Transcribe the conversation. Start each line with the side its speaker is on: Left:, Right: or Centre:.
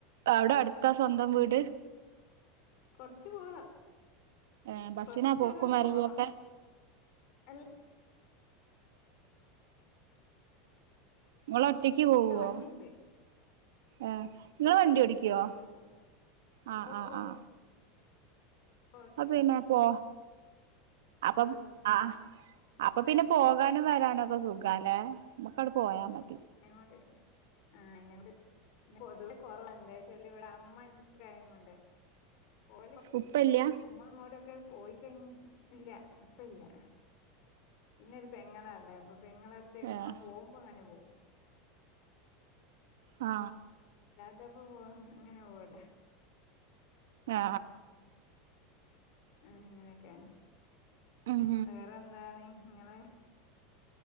Right: അവിടെ അടുത്താ സ്വന്തം വീട്
Left: കൊറച്ച്പോണ്
Right: ഏഹ് ബസ്സിനാ
Left: കൊറച്ചകടെ
Right: പോക്കും വരവും
Left: പോണം
Right: ഒക്കെ
Left: അല്ല
Right: ഓള ഒറ്റക്ക് പോകുവോ
Left: വണ്ടിണ്ട്
Right: ആഏ
Left: സ്കൂട്ടറില്ലേ
Right: നിങ്ങ വണ്ടി ഓടിക്കുവോ
Left: അപ്പൊ അയില് പോവും
Right: ആ
Left: ഓ
Right: ആ
Left: ഓ
Right: ആ
Left: ഓ ടു
Right: അ പിന്നെപ്പൊ അപ്പൊ
Left: വീലർ ഓടിക്കും
Right: ആ അപ് അപ്പൊ പിന്നെ പോകാനും വരാനുംക്കെ സുഖല്ലേ നമുക് അങ്ങട് പോയാ മതി
Left: അയിനോണ്ട് ആ എന്ന ടെ പൊതുവെ കുറവാ എന്താ ചാല് അമ്മകഴങ്ങ് ണ്ടേ പോലോ
Right: ഉപ്പല്ല്യ
Left: ഉമ്മ അങ്ങോട്ടൊക്കെ പോയിക്കഴി ഇല്ല ഇപ്പ ഇല്ല പിന്നെ ഒരു പെങ്ങളാ ഉള്ളത് അപ്പൊ പെങ്ങളുടെ അടുത്ത്
Right: ഏഹ്
Left: പോകുമ്പോൾ അങ്ങനെ പോകും
Right: ആ
Left: അതപ്പോ പോ അങ്ങനെ പോവല്ലേ
Right: ആ
Left: ഉ അങ്ങനെയൊക്കെയാണ്
Right: ഉം
Left: വേറെന്താണ് നിങ്ങെളെ